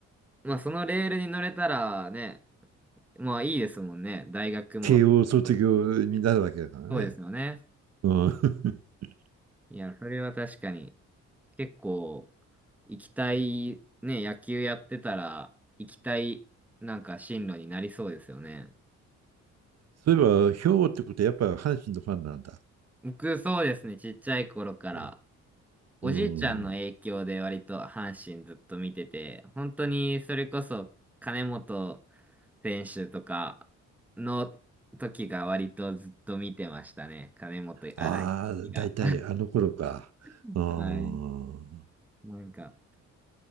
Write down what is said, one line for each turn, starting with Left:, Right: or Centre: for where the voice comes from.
Centre: まあそのレールに乗れたらね、まあいいですもんね。大学も。
Right: 慶応卒業になるわけだからね。
Centre: そうそうですよね。
Right: うん。<laughs>
Centre: いや、それは確かに結構、行きたい、ね、野球やってたら、行きたい、なんか進路になりそうですよね。
Right: そういえば、兵庫ってことはやっぱ阪神のファンなんだ。
Centre: 僕、そうですね、ちっちゃい頃から、
Right: うん。
Centre: おじいちゃんの影響で割と阪神ずっと見てて、
Right: うん
Centre: 本当にそれこそ金本選手とかの時が割とずっと見てましたね。金本荒い時が。
Right: ああ、大体あの頃か。
Centre: <laughs>
Right: うん。
Centre: はい。なんか、